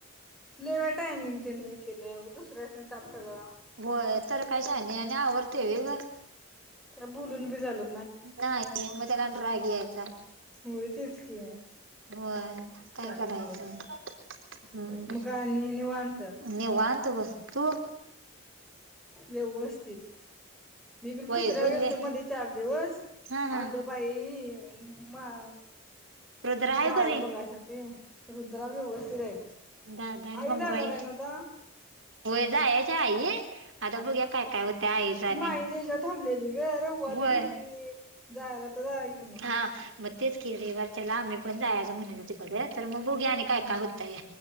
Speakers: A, in the centre; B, on the right.
A: लय बाय टायमिंग तिनं हे केलं, दुसऱ्यासनी ताप सगळा.
B: होय तर काय शाने आणि आवरतय वय गं.
A: तिला बुलून बी झालं
B: नाही कि मी त्याला आणि राग यायचा.
A: होय तेच की,
B: होय
A: काय
B: करायचं
A: नव्हच.
B: हम्म
A: मग काय निवांत.
B: निवांत बग. तू?
A: व्यवस्थित. मी पण पुसरायला
B: वैदुल्य
A: गेलतो मध्ये चार दिवस
B: हा हा
A: आलो बाई मा
B: रुद्र आहे
A: बाळाला
B: बरी
A: बघायसाठी. रुद्रा व्यवस्थित आहे बघ.
B: दादा आणि
A: आई
B: मंगवाई
A: जाणार आहे ना आता.
B: होय जायच्या आई. आता बघुया काय
A: आता
B: काय होत्या. आईच
A: ती
B: आणि
A: माईच्या हेच्यात थांबलेली ग. रविवारी
B: होय
A: म्हणती जायला तर जायाय येईल म्हणून.
B: हा मग तेच कि, रवीवारच्याला आम्ही पण जायचं म्हणत तिकड. तर मग बघुया आणि काय
A: हम्म
B: काय होतंय.